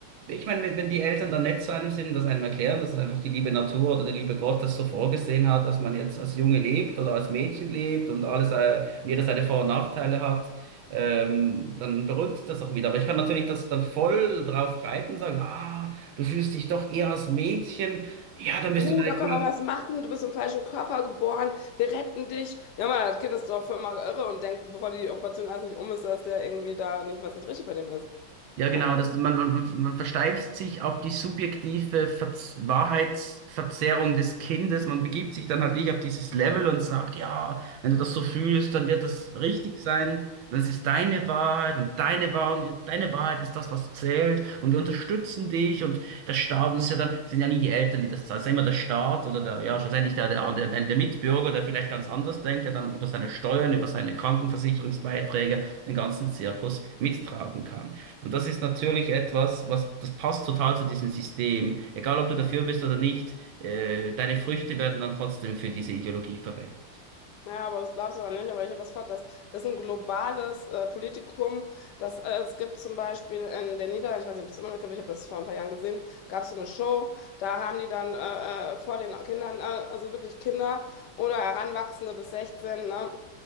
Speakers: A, on the right; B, on the left.
A: ich meine, wenn wenn die Eltern dann nett zu einem sind und das einem erklären, dass es einfach die liebe Natur oder der liebe Gott das so vorgesehen hat, dass man jetzt als Junge lebt oder als Mädchen lebt und alles, äh, und jeder seine Vor- und Nachteile hat, ähm, dann beruhigt sich das auch wieder. Aber ich kann natürlich das dann voll drauf reiten, sagen, ah, du fühlst dich doch eher als Mädchen. Ja, dann bist
B: Oh,
A: du vielleicht
B: da können wir was machen. Du bist im falschen Körper geboren. Wir retten dich. Ja, Mann, das Kind ist doch voll mal irre und denkt, bevor die Operation alles nicht um ist, dass der irgendwie da nicht was nicht richtig bei dem ist.
A: Ja, genau,
B: Ne?
A: das, man, man, man versteift sich auf die subjektive Verz Wahrheitsverzerrung des Kindes. Man begibt sich dann halt wirklich auf dieses Level und sagt, ja, wenn du das so fühlst, dann wird das richtig sein. Dann ist es deine Wahrheit und deine Wahrheit, deine Wahrheit ist das, was zählt. Und wir unterstützen dich und der Staat, das ist ja dann, sind ja nie die Eltern, die das zahlen, es ist ja immer der Staat oder der, ja, schlussendlich der, der, der, der Mitbürger, der vielleicht ganz anders denkt, der dann über seine Steuern, über seine Krankenversicherungsbeiträge den ganzen Zirkus mittragen kann. Und das ist natürlich etwas, was, das passt total zu diesem System. Egal, ob du dafür bist oder nicht, äh, deine Früchte werden dann trotzdem für diese Ideologie verwendet.
B: Ja, aber das glaubst du aber nicht. Aber ich habe das Fakt, dass das ist ein globales äh, Politikum. Das, äh, es gibt zum Beispiel in den Niederlanden, ich weiß nicht, ob das immer noch gibt, ich habe das vor ein paar Jahren gesehen, gab es so eine Show, da haben die dann äh, äh, vor den Kindern, äh, also wirklich Kinder oder Heranwachsende bis 16, ne,